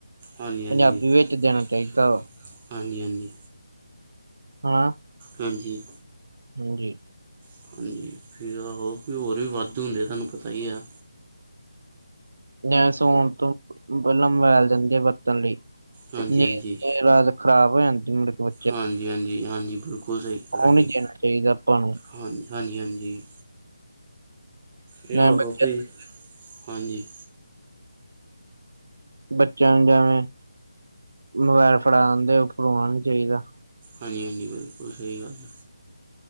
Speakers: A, on the right; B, on the right.
A: ਹਾਂਜੀ-ਹਾਂਜੀ-ਹਾਂਜੀ-ਹਾਂਜੀ।
B: ਪੰਜਾਬੀ ਵਿੱਚ ਦੇਣਾ ਚਾਹੀਦਾ ਵਾ ਹਾਂ।
A: ਹਾਂਜੀ।
B: ਹਾਂਜੀ।
A: <unintelligible> ਹਾਂਜੀ, ਹੋਰ ਵੀ ਵੱਧੂ ਹੁੰਦੇ ਤੁਹਾਨੂੰ ਪਤਾ ਹੀ ਆ।
B: ਨ ਸੌਣ ਤੋ ਪਹਿਲਾਂ ਮੈ ਬਹਿ ਜਾਣਗੇ ਬਰਤਨ ਲਈ
A: ਹਾਂਜੀ
B: ਨੀਦ
A: ਹਾਂਜੀ
B: ਤਾ ਖਰਾਬ ਹੋ ਜਾਂਦੀ ਮੁੜ ਕੇ ਬ
A: ਹਾਂਜੀ-ਹਾਂਜੀ-ਹਾਂਜੀ, ਬਿਲਕੁਲ ਸਹੀ ਗੱਲ
B: ਉਹ
A: ਤੁਹਾਡੀ।
B: ਨੀ ਦੇਣਾ ਚਾਹੀਦਾ ਆਪਾਂ ਨੂੰ
A: ਹਾਂ ਹਾਂਜੀ-ਹਾਂਜੀ,
B: ਜਿਵੇਂ
A: ਦ ਉਹੋ
B: ਬੱਚੇ
A: ਫ ਹਾਂਜੀ।
B: ਬੱਚਿਆਂ ਨੂੰ ਜਿਵੇਂ ਮੋਬਾਇਲ ਫੜਾ ਦੇ ਉੱਹ ਫੜਾਣਾ ਨੀ ਚਾਹੀਦਾ।
A: ਹਾਂਜੀ-ਹਾਂਜੀ, ਬਿਲਕੁਲ ਸਹੀ ਗੱਲ ਹੈ।